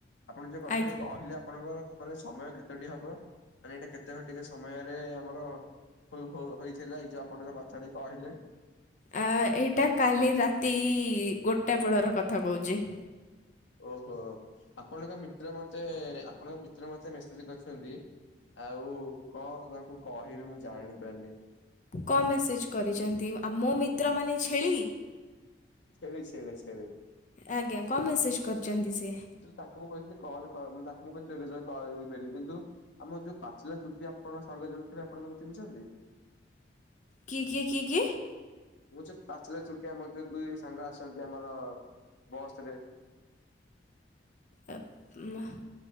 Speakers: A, on the left (about 80°); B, on the left (about 40°).
A: ଆପଣ ଯୋଉ କଥା
B: ଆଜ୍ଞା
A: ଟି କହିଲେ ଆ ଆପଣଙ୍କର ମାନେ ସମୟ କେତେଟି ହବ ମାନେ ଏଇଟା କେତେ ଘଟିକେ ସମୟରେ ଆମର ହୋ ହୋ ହେଇଥିଲା ଏଇ ଯୋଉ ଆପଣଙ୍କ କଥା ଟି କହିଲେ।
B: ଆ ଏଇଟା କାଲି ରାତି ଗୋଟା ବେଳର କଥା କହୁଚି।
A: ଓହୋ ଆପଣଙ୍କ ମିତ୍ର ମତେ ଆପଣଙ୍କ ମିତ୍ର ମତେ ମେସେଜ କରିଚନ୍ତି ଆଉ କଣ ତାଙ୍କୁ କହିବି ମୁଁ ଜାଣି ପାରୁନି।
B: କ ମେସେଜ କରିଚନ୍ତି ଆ ମୋ ମିତ୍ରମାନେ ଛେଳି?
A: ସେଳି ସେଳି ସେଳି।
B: ଆଜ୍ଞା କଣ ମେସେଜ କରିଚନ୍ତି ସିଏ?
A: ତାଙ୍କୁ ମୁଁ କହିଥିଲି କଲ କ ତାଙ୍କୁ ମୁଁ <unintelligible> କିନ୍ତୁ ଆମ ଯୋଉ ପାଚିଲା ଚୁଟି ଆପଣ ସାଙ୍ଗ ଜଣେ ଥିଲା ଆପଣ ତାଙ୍କୁ ଚିହ୍ନିଚନ୍ତି।
B: କିଏ କିଏ କିଏ କିଏ?
A: ମୁଁ ଯୋଉ ପାଚିଲା ଚୁଟି ଆମର ଯୋଉ କୁହେ ସାଙ୍ଗ ଆସନ୍ତି ଆମର ବସ ରେ।
B: ଏ ମା।